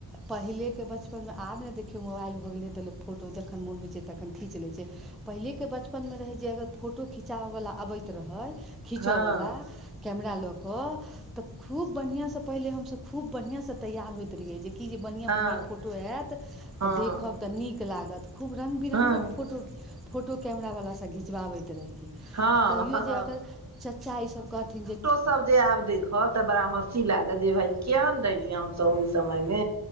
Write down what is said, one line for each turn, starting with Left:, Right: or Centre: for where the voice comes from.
Centre: पहिले के बचपन मे आब ने देखियौ मोबाइल भऽ गेलैए तऽ लोक फोटो जखन मोन होइ छै तखन खींच लै छै। पहिले के बचपन मे रहै जे अगर फोटो खिचाबऽ बला अबैत रहय खीचऽ
Right: हँ
Centre: बला कैमरा लऽ कऽ तऽ खूब बढ़ियां स पहिले हम सब खूब बढ़ियां स तैयार होइत रहियै जे कि जे बढ़ियां-
Right: हँ
Centre: बढ़ियां फोटो ऐत त
Right: हँ
Centre: देखब तऽ नीक लागत। खूब रङ्ग बिरङ्गक
Right: हँ
Centre: फोटो, फोटो कैमराबला से घिचबाबैत रहियै। आ
Right: हँ
Centre: कहियो
Right: हँ
Centre: जे अगर चच्चा ई सब कहथिन जे
Right: हम सब जे आब देखब त बड़ा हँसी लागत जे भाय कियान रहियै हम सब ओइ समय मे